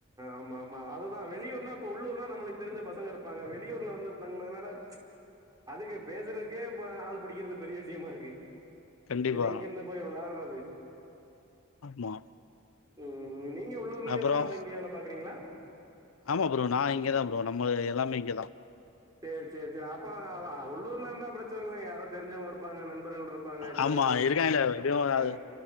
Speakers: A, on the right; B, on the left.
A: ஆமா ஆமா அதுதா வெளியூர்னா இப்ப உள்ளூர்னா நம்மளுக்கு தெரிஞ்ச பசங்க இருப்பாங்க வெளியூர்ல வந்து தங்கனதுனால அதுக்கு பேசறதுக்கே இப்ப ஆள் புடிக்கிறது பெரிய விஷயமா இருக்கு
B: கண்டிப்பா
A: இதுல எங்கிருந்து போய் விளாட்றது
B: ஆமா
A: ம் நீங்க உள்ளூர்லயே
B: அப்புறம்
A: தா தங்கி வேல பாக்குறீங்ளா
B: ஆமா ப்ரோ நா இங்க தா ப்ரோ நம்மளுது எல்லாமே இங்கதா
A: சேரி சேரி சேரி அப்ப உள்ளூர்ல இருந்த பிரச்சன இல்லைங்க யாரோத் தெரிஞ்சவங் இருப்பாங்க நண்பர்கள் இருப்பாங்க சின்ன
B: ஆமா
A: வயசுலருந்து
B: இருக்காங்களே எப்படியும்
A: ஆ
B: அது